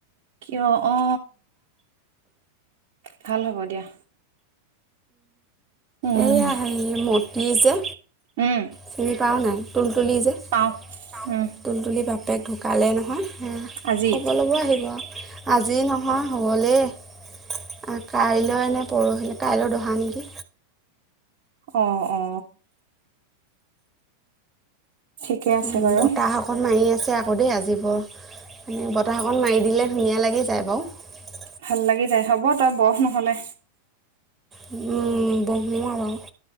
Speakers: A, on the right; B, on the right.
A: অ, অ। ভাল হ'ব দিয়া। উম
B: এইয়া হে মটি যে
A: উম
B: চিনি পাৱ' নাই তুলতুলি যে তুলতুলিৰ
A: পাওঁ উম
B: বাপেক ঢুকালে নহয়। সেয়া
A: আজি?
B: খবৰ ল'ব আহিব আজি নহয় হ। <unintelligible> কাইলৈ এনে পৰহিলৈ কাইলৈ দহা নেকি।
A: অ অ ঠিকে আছে
B: উ
A: বাৰু
B: বতাহসকন মাৰি আছে আকৌ দেই আজিবৰ মানে বতাহ অকণ মাৰি দিলে ধুনীয়া লাগি যায় বাৰু
A: ভাল লাগি যায় হ'ব তই বহ নহলে
B: ব্হ <unintelligible> আৰু আৰু